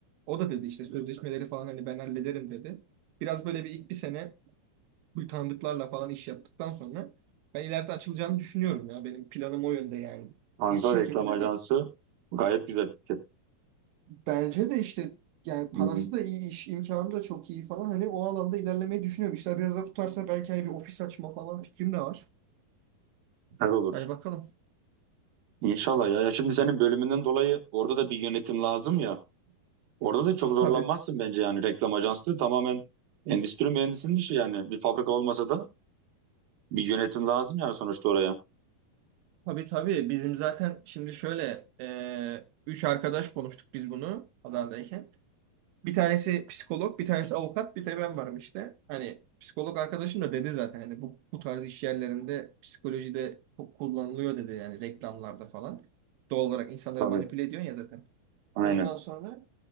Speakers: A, on the right (about 85°); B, on the right (about 70°).
A: O da dedi işte sözleşmeleri falan hani ben hallederim dedi. Biraz böyle bir ilk bir sene bu tanıdıklarla falan iş yaptıktan sonra ben ileride açılacağını düşünüyorum ya benim planım o yönde yani.
B: Ankara
A: Bir şirketin
B: Reklam Ajansı
A: hani
B: gayet güzel fikir.
A: Bence de işte yani
B: Hmm,
A: parası da iyi, iş imkanı da çok iyi falan. Hani o alanda ilerlemeyi düşünüyorum. İşler biraz daha tutarsa belki hani bir ofis açma falan fikrim de var.
B: Süper olur.
A: Hani bakalım.
B: İnşallah ya. Ya Şimdi senin bölümünden dolayı orada da bir yönetim lazım ya. Orada da çok zorlanmazsın
A: Tabii.
B: bence yani reklam ajanslığı tamamen endüstri mühendisinin işi yani. Bir fabrika olmasa da bir yönetim lazım yani sonuçta oraya.
A: Tabii tabii. Bizim zaten şimdi şöyle e, üç arkadaş konuştuk biz bunu Adana'dayken. Bir tanesi psikolog, bir tanesi avukat, bir de ben varım işte. Hani psikolog arkadaşım da dedi zaten hani bu, bu tarz iş yerlerinde psikolojide çok kullanılıyor dedi yani reklamlarda falan. Doğal olarak insanları
B: Tabii.
A: manipüle ediyorsun ya zaten.
B: Aynen.
A: Ondan sonra